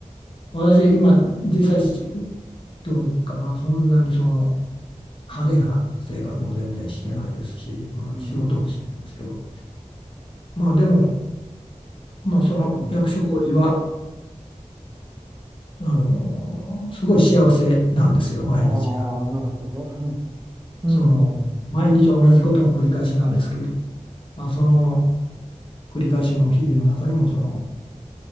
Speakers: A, on the left (about 40°); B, on the right (about 20°).
A: <laughs> 私今実際しどうかな、そんなにその派手な生活も全然してないですし、まあ仕事もしてないんですけど、
B: うん。
A: まあでも、まあその役所広司は、
B: はい。
A: あの、すごい幸せなんですよ、
B: ああ、
A: 毎日。
B: なるほど。<laughs> うん。
A: その毎日同じことの繰り返しなんですけど、
B: はい。
A: まあ、その繰り返しの日々の中にもその